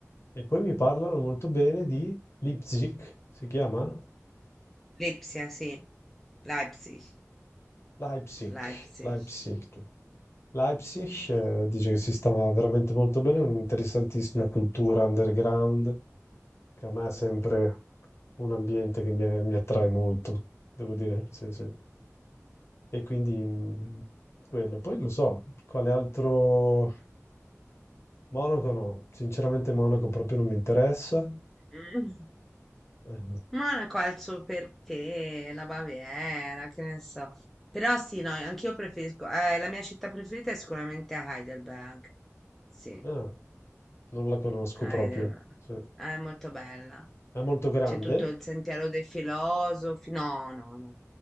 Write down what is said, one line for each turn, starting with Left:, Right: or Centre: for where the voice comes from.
Left: E poi mi parlano molto bene di Leipzig, si chiama?
Centre: Lipsia, sì. Leipzig,
Left: Leipzig,
Centre: Leipzig.
Left: Leipzig. Leipzig, eh, dice che si sta veramente molto bene, è un'interessantissima cultura underground che a me è sempre un ambiente che mi, mi attrae molto, devo dire, sì, sì. E quindi mh, quello. Poi non so, quale altro... Monaco no, sinceramente Monaco proprio non mi interessa.
Centre: Mm.
Left: Eh,
Centre: Monaco ha il suo perché, la Baviera, che ne so. Però sì, no, anch'io preferisco, eh, la mia città preferita è sicuramente Heidelberg. Sì,
Left: ah, non la conosco
Centre: Heidelberg.
Left: proprio. Sì.
Centre: Ah, È molto bella.
Left: È molto grande?
Centre: C'è tutto il sentiero dei filosofi. No, no, no,